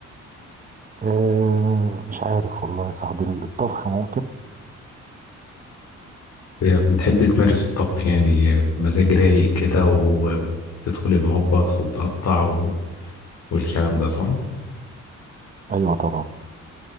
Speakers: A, on the right; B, on the left.
A: اه مش عارف والله يا صاحبي الطبخ ممكن
B: بتحب تمارس الطبخ يعني مزاج رايق
A: مم.
B: كده وتدخل المطبخ وتقطع و- والكلام
A: مم.
B: ده صح؟
A: ايوه طبعا